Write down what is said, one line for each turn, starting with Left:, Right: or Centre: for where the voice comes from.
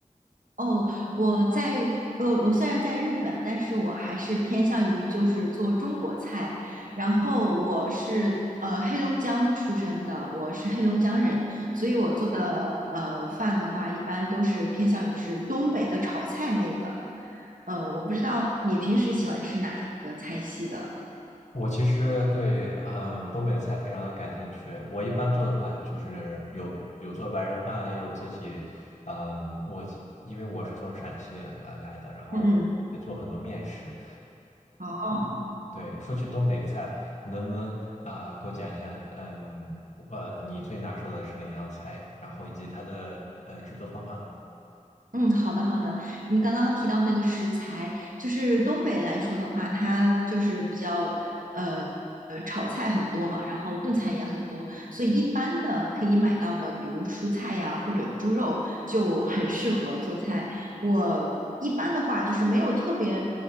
Right: 哦，我在呃，我虽然在日本，但是我还是偏向于就是做中国菜。然后我是呃黑龙江出生的，我是黑龙江人，所以我做的呃饭的话，一般都是偏向于是东北的炒菜类的。嗯、我不知道你平时喜欢吃哪一个菜系的。
Left: 我其实对，嗯，东北菜非常的感兴趣。我一般做的话，就是有有做白人饭，也有自己，嗯，我因为我是从陕西呃来的，然后也做很多面食。
Right: 嗯嗯，哦。
Left: 对，说起东北菜，你能不能啊、给我讲一下，嗯，呃，你最拿手的是哪样菜，然后以及它的呃制作方法呢？
Right: 嗯，好的好的。你刚刚提到那个食材，就是东北来说的话，它就是比较呃呃炒菜很多嘛，然后炖菜也很多，所以一般的可以买到的，比如蔬菜呀或者猪肉，就很适合做菜。我一般的话就是没有特别